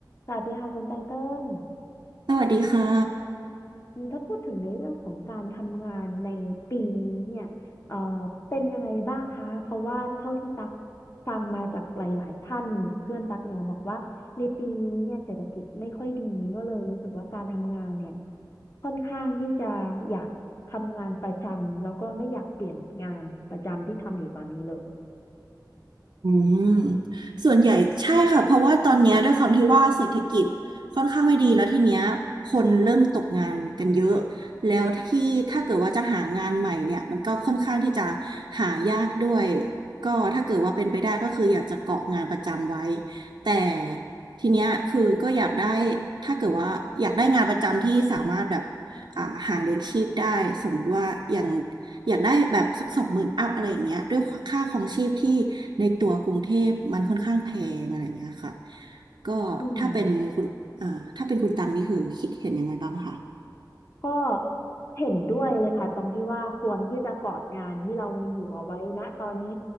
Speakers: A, on the left; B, on the right.
A: สวัสดีค่ะคุณไตเติ้ล
B: สวัสดีค่ะ
A: อืมถ้าพูดถึงในเรื่องของการทำงานในปีนี้เนี่ยเอ่อเป็นยังไงบ้างคะเพราะว่าเท่าที่ตักฟังมาจากหลายๆท่านหรือเพื่อนตักเนี่ยบอกว่าในปีนี้เนี่ยเศรษฐกิจไม่ค่อยดีก็เลยรู้สึกว่าการทำงานเนี่ยค่อนข้างที่จะอยากทำงานประจำแล้วก็ไม่อยากเปลี่ยนงานประจำที่ทำอยู่ตอนนี้เลย
B: อืมส่วนใหญ่ใช่ค่ะ เพราะว่าตอนเนี้ยด้วยความที่ว่าเศรษฐกิจค่อนข้างไม่ดีแล้วทีเนี้ยคนเริ่มตกงานกันเยอะแล้วที่ถ้าเกิดว่าจะหางานใหม่เนี่ยมันก็ค่อนข้างที่จะหายากด้วยก็ถ้าเกิดว่าเป็นไปได้ก็คืออยากจะเกาะงานประจำไว้แต่ทีเนี้ยคือก็อยากได้ถ้าเกิดว่าอยากได้งานประจำที่สามารถแบบอ่าหาเลี้ยงชีพได้สมมติว่าอย่าง อยากได้แบบสักสองหมื่นอัพอะไรอย่างเงี้ยด้วยค่าของชีพที่ในตัวกรุงเทพมันค่อนข้างแพงอะไรอย่างเงี้ยค่ะก็ถ้าเป็นคุณอ่าถ้าเป็นคุณตังนี่คือคิดเห็นยังไงบ้างคะ
A: อืม ก็เห็นด้วยเลยค่ะตรงที่ว่าควรที่จะกอดงานที่เรามีอยู่เอาไว้นะตอนนี้